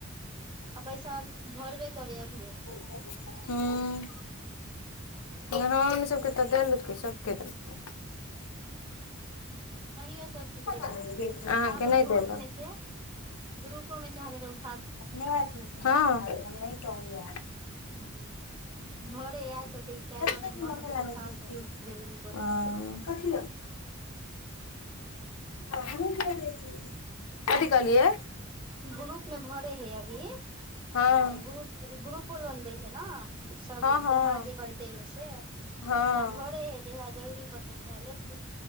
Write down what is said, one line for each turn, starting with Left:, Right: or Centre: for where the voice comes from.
Right: आ पैसा भरबे करै अभियो।
Left: हँ बनय हमर मम्मी सब के तऽ देलकै सबके देलकै।
Right: कनीयो सब के चइल
Left: अहाँके
Right: एलय आब ओ
Left: नहि
Right: ग्रुप
Left: देलक
Right: में से ग्रुपो में चाहतय त
Left: अपने, <unintelligible> हँ, नै कहलिया।
Right: हुं। भरै याह चलतै ई कइल भने
Left: कथी
Right: मोन
Left: मसाला
Right: होतय तऽ
Left: मे
Right: उठा
Left: पीसती
Right: सकय जरूरी पड़तै।
Left: हो कथी, <unintelligible> आँइ, <unintelligible> की कहलियै?
Right: ग्रुप में भरै है अभी
Left: हँ
Right: तऽ ग्रुपो लोन दै है ना। सब
Left: हँ हँ
Right: जमा जे करतै है से।
Left: हँ
Right: अपना भरैय है जहिया जरूरी पड़तै तेहिया लेतै।